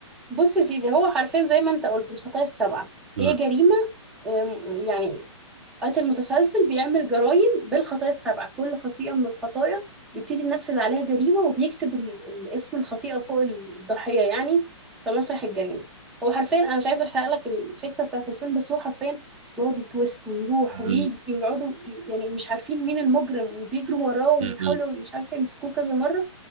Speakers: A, in the centre; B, on the right.
A: بص يا سيدي هو حرفيا زي ما انت قلت الخطايا السبعة
B: امم
A: هي جريمة أم، يعني قاتل متسلسل بيعمل جرائم بالخطايا السبعة كل خطيئة من الخطايا بيبتدي ينفذ عليها جريمة وبيكتب ال- ال- اسم الخطيئة فوق الضحية يعني في مسرح الجريمة هو حرفيا أنا مش عايزة أحرق لك الفكرة بتاعت الفيلم بس هو حرفيا يقعد يتويست ويروح
B: امم
A: ويجي ويقعدوا ي- يعني مش عارفين مين المجرم وبيجروا وراه وبيحاولوا
B: امم
A: مش عارفة يمسكوه كذا مرة